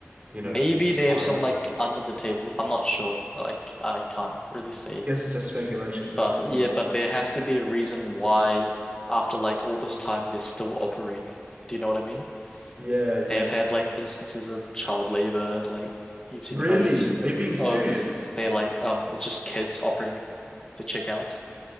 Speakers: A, on the right; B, on the left.
A: you know
B: Maybe
A: suppliers.
B: they have some like under the table. I'm not sure. Like I can't really say.
A: Guess it's just speculations at
B: But
A: this point,
B: yeah,
A: eh?
B: but
A: But
B: there has to be a reason why after like all this time they're still operating. Do you know what I mean?
A: yeah, yeah.
B: They have had like instances of child labor, like you've seen
A: Really?
B: photos
A: Are you being serious?
B: of they like um it's just kids operating the checkouts,